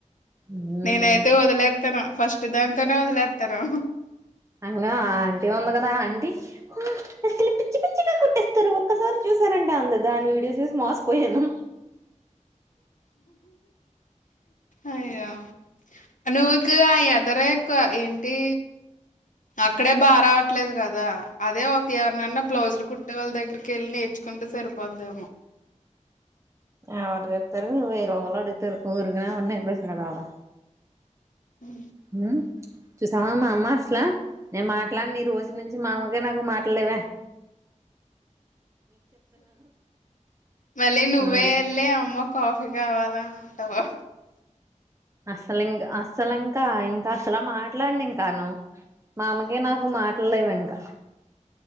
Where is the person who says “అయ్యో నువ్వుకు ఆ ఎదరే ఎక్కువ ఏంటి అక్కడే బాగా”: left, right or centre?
Left